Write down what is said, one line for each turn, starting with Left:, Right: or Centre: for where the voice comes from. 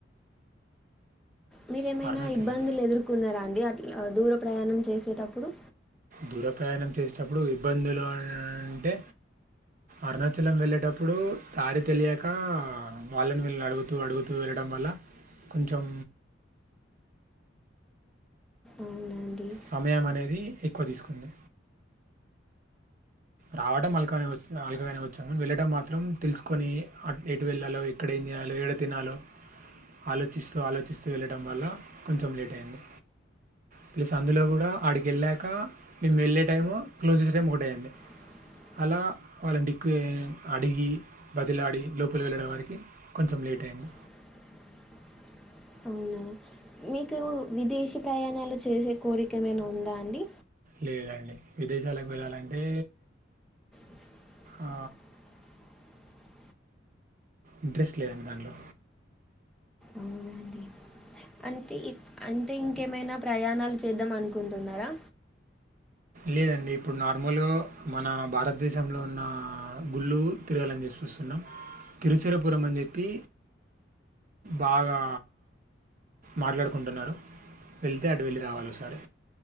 Centre: మీరేమైనా
Right: అరుణాచలం
Centre: ఇబ్బందులు ఎదుర్కొన్నారా అండి అట్లా దూర ప్రయాణం చేసేటప్పుడు
Right: దూర ప్రయాణం చేసేటప్పుడు ఇబ్బందులు అంటే అరుణాచలం వెళ్ళేటప్పుడు దారి తెలియక వాళ్ళని విళ్ళని అడుగుతూ అడుగుతూ వెళ్ళ వెళ్లడం వల్ల కొంచెం
Centre: అవునా అండి
Right: సమయం అనేది ఎక్కువ తీసుకుంది రావడం అల్లగానే వ అలకగానే వచ్చానీ వెళ్ళడం మాత్రం తెలుసుకొని ఎటు వెళ్ళాలో ఎక్కడ ఏళ ఏడ తిన్నాలో ఆలోచిస్తూ ఆలోచిస్తూ వెళ్ళడం వల్ల కొంచెం లేట్ అయింది ప్లస్ అందులో కూడా ఆడికి వెళ్ళాక మేము వెళ్ళే టైము క్లోజెస్ట్ టైం ఒకటేయంండి
Centre: <inaudible>
Right: అలా వాళ్ళని డిక్కు అడిగి బదిలాడి లోపలి వెళ్ళడం వారికి కొంచెం లేట్ అయింది
Centre: <inaudible> అవునా మీకు విదేశీ ప్రయాణాలు చేసే కోరిక ఏమైనా ఉందా అండి
Right: లేదండి విదేశాలకు వెళ్ళాలంటే
Centre: <inaudible>
Right: ఆ, ఇంట్రెస్ట్ లేదండి దాంట్లో
Centre: అవునా అండి అంటే అంటే ఇంకేమైనా ప్రయాణాలు చేద్దాం అనుకుంటున్నారా
Right: లేదండి ఇప్పుడు నార్మల్గా మన భారతదేశంలో ఉన్న గుళ్ళు తిరగాలని చుస్ చూస్తున్నాం తిరుచిరపురం అని చెప్పి బాగా మాట్లాడుకుంటున్నారు వెళ్తే అటు వెళ్ళి రావాలి ఒకసారి